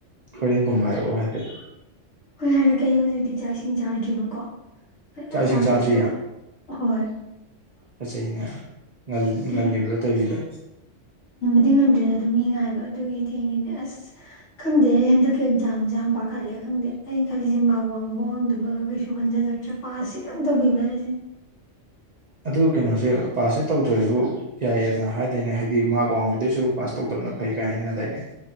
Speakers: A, on the right; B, on the left.
A: ꯍꯣꯔꯦꯡꯒꯨꯝꯕ ꯍꯥꯏꯔꯛꯑꯣ ꯍꯥꯏꯐꯦꯠ
B: ꯍꯣꯏ ꯍꯥꯏꯔꯛꯀꯦ ꯍꯧꯖꯤꯛꯇꯤ ꯆꯥꯛ ꯏꯁꯤꯡ ꯆꯥꯗ꯭ꯔꯤꯕꯀꯣ
A: ꯆꯥꯛ ꯏꯁꯤꯡ
B: ꯆꯥꯛꯇꯣ
A: ꯆꯥꯗ꯭ꯔꯤꯌꯥ
B: ꯇꯣꯛ ꯍꯣꯏ
A: ꯐꯖꯩꯅꯦ ꯉꯜ ꯉꯜꯂꯤꯕ꯭ꯔꯥ
B: ꯎꯝ
A: ꯇꯧꯖꯤꯗꯤ
B: ꯗꯤ ꯉꯟꯗ꯭ꯔꯦꯗ ꯑꯗꯨꯝ ꯃꯤ ꯉꯥꯏꯕ ꯑꯗꯨꯒꯤ ꯊꯦꯡꯉꯤꯅꯦ ꯑꯁ ꯈꯪꯗꯦ ꯑꯩ ꯍꯟꯗꯛꯀꯤ ꯑꯦꯛꯖꯥꯝꯁꯦ ꯌꯥꯝ ꯄꯥꯈꯠꯂꯦ ꯈꯪꯗꯦ ꯑꯩ ꯈꯜꯂꯤꯖꯦ ꯃꯥꯥꯛ ꯋꯥꯡꯕ ꯋꯥꯡꯗꯕꯒ ꯀꯩꯁꯨ ꯈꯟꯖꯜꯂꯛꯇ꯭ꯔꯦ ꯄꯥꯁ ꯁꯤꯇꯪ ꯇꯧꯕꯤꯕ ꯍꯥꯏꯁꯦ
A: ꯑꯗꯨ ꯀꯩꯅꯣꯖꯦ ꯄꯥꯁꯁꯦ ꯇꯧꯗ꯭ꯔꯖꯨ ꯌꯥꯏꯌꯦꯅ ꯍꯥꯏꯗꯥꯏꯅꯦ ꯍꯥꯏꯗꯤ ꯃꯥꯔꯛ ꯋꯥꯡꯉꯣꯏꯗꯩꯁꯔꯨꯛ ꯄꯥꯁ ꯇꯧꯗꯕ ꯐꯩ ꯀꯥꯏ ꯍꯥꯏꯅꯗꯥꯏꯅꯦ